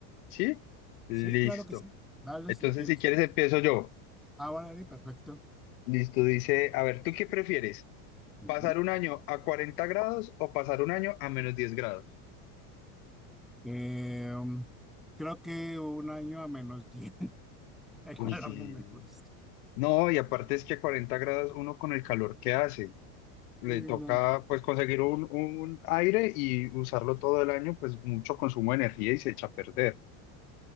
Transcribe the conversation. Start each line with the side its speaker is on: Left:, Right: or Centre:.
Left: ¿Sí? Listo.
Centre: Sí, claro que sí. Dale
Left: Entonces,
Centre: si quieres.
Left: si quieres, empiezo yo.
Centre: Ahora de perfecto.
Left: Listo, dice, a ver, ¿tú qué prefieres?
Centre: Ujú.
Left: ¿Pasar un año a 40 grados o pasar un año a menos 10 grados?
Centre: Eh, um, creo que un año a menos 10. <laughs> El
Left: Uy,
Centre: calor
Left: sí.
Centre: no me gusta.
Left: No, y aparte es que a 40 grados uno con el calor que hace, le
Centre: Sí,
Left: toca
Centre: no.
Left: pues conseguir un, un aire y usarlo todo el año, pues mucho consumo de energía y se echa a perder.